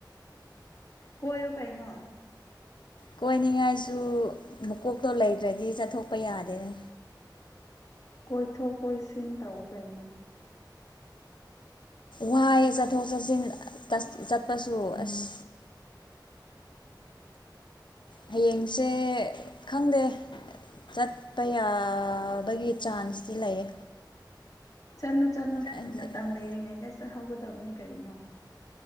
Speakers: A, on the left; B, on the left.
A: ꯀꯣꯏꯌꯨ ꯀꯩꯅꯣ
B: ꯀꯣꯏꯅꯤꯡꯉꯥꯏꯁꯨ ꯃꯀꯣꯛꯇꯣ ꯂꯩꯇ꯭ꯔꯗꯤ ꯆꯠꯊꯣꯛꯄ ꯌꯥꯗꯦꯅꯦ
A: ꯀꯣꯏꯊꯣꯛ ꯀꯣꯏꯁꯤꯟ ꯇꯧ ꯀꯩꯅꯣ
B: ꯋꯥꯏꯑꯦ ꯆꯠꯊꯣꯛ ꯆꯠꯁꯤꯟ ꯇꯁ ꯆꯠꯄꯁꯨ ꯑꯁ ꯍꯌꯦꯡꯁꯦ ꯈꯪꯗꯦ ꯆꯠꯄ ꯌꯥꯕꯒꯤ ꯆꯥꯟꯁꯇꯤ ꯂꯩꯌꯦ
A: ꯆꯠꯂꯣ ꯆꯠꯂꯣ
B: ꯍꯥꯏꯗꯤ
A: ꯃꯇꯝ
B: ꯅꯠꯇꯦ
A: ꯂꯩꯔꯤꯉꯩꯗ ꯆꯠꯍꯧꯒꯗꯕꯅꯤ ꯀꯔꯤꯅꯣ